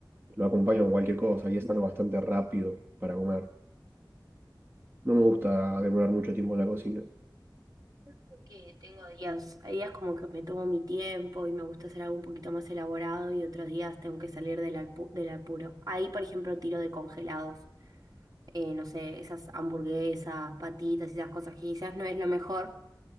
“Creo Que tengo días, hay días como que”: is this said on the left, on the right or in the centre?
Right